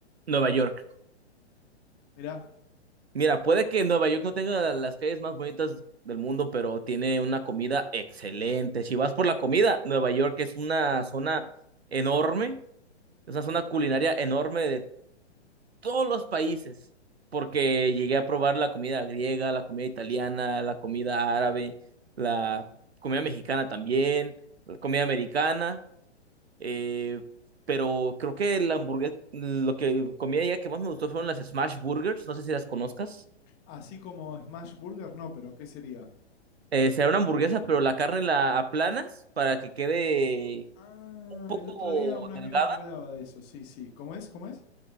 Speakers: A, on the right; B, on the left.
A: <laughs> Nueva York.
B: Mirá,
A: Mira, puede que Nueva York no tenga las calles más bonitas del mundo, pero tiene una comida excelente. Si vas por la comida, Nueva York es una zona enorme, es una zona culinaria enorme de todos los países, porque llegué a probar la comida griega, la comida italiana, la comida árabe, la comida mexicana también, la comida americana, eh, pero creo que la hamburguesa, lo que comí allá que más me gustó fueron las Smash Burgers, no sé si las conozcas.
B: así como Smash Burger, no, pero ¿qué sería?
A: Eh, será una hamburguesa, pero la carne la aplanas para que quede
B: Ah,
A: un poco
B: el otro día un amigo
A: delgada.
B: me hablaba de eso, sí, sí. ¿Cómo es? ¿Cómo es?